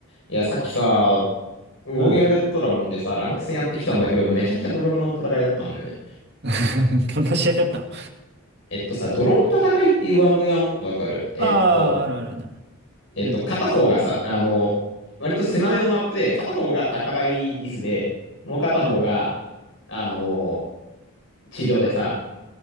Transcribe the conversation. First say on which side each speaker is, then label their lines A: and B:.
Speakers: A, on the left; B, on the right.
A: いや、さっきさ、ウォーゲームレッドドラゴンでさ、
B: うん。
A: ランク戦やってきたんだけど、めちゃくちゃ泥沼の戦いだったんだよね。
B: <laughs> どんな試合だったの
A: えっとさ、泥の戦いっていう 1V1 マップわかるえっと、
B: ああ、あるあるな。
A: えっと、
B: うん、
A: 片方がさ、あの、割と狭めのマップで、片方が高台リスで、もう片方が、
B: うん。
A: あの、地上でさ、